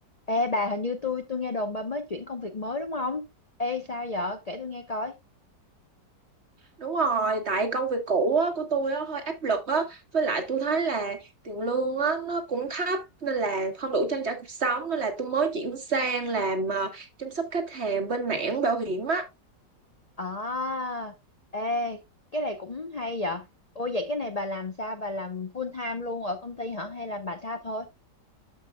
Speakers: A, on the left (about 40°); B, on the right (about 40°).
A: Ê bà hình như tôi tôi nghe đồn bà mới chuyển công việc mới đúng không? Ê sao vậy? Kể tôi nghe coi.
B: Đúng rồi, tại công việc cũ á, của tôi á, hơi áp lực á, với lại tôi thấy là tiền lương á, nó cũng thấp nên là không đủ trang trải cuộc sống nên là tôi mới chuyển sang làm ờ, chăm sóc khách hàng bên mảng bảo hiểm á.
A: À, ê cái này cũng hay vậy. Ôi vậy cái này bà làm sao? Bà làm full time luôn ở công ty hả? Hay là bà time thôi?